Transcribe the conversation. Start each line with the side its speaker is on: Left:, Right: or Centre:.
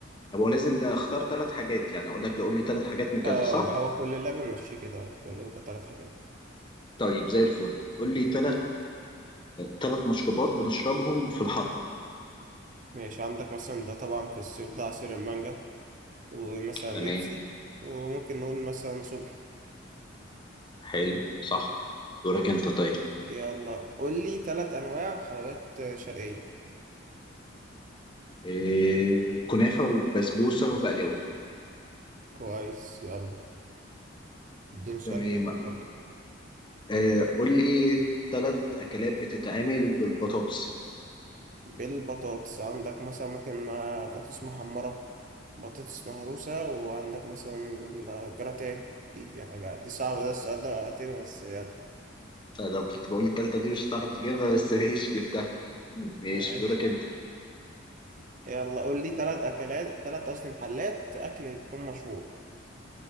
Left: هو لازم بقى اختار ثلاث حاجات يعني اقول لك قول لي ثلاث حاجات من كذا
Right: اه
Left: صح
Right: يبقى هو كل اللعبة نمشيه كده كله ثلاث حاجات
Left: طيب زي الفل قول لي ثلاث ثلاث مشروبات بنشربهم في الحر
Right: ماشي عندك مثلا ده طبعا في الصيف ده عصير المانجا ومثلا
Left: تمام
Right: بيبسي وممكن نقول مثلا صبحي
Left: حلو صح دورك انت طيب
Right: يلا قول لي ثلاث أنواع حلويات شرقية
Left: آه، كنافة وبسبوسة وبقلاوة
Right: كويس يلا اديني سؤال
Left: تمام
Right: حلو برضه
Left: آه، قول لي ثلاث أكلات بتتعمل بالبطاطس
Right: بالبطاطس عندك مثلا ممكن آه، بطاطس محمرة بطاطس مهروسة وعندك مثلا الجراتان دي حاجة دي صعبة ده السؤال ده وقعتني بس يلا
Left: أنا لو كنت بقول التالتة دي مش هتعرف تجيبها بس ماشي جبتها ماشي
Right: ماشي
Left: دورك
Right: يا
Left: أنت
Right: عم. يلا قول لي تلات أكلات تلات قصدي محلات أكل تكون مشهورة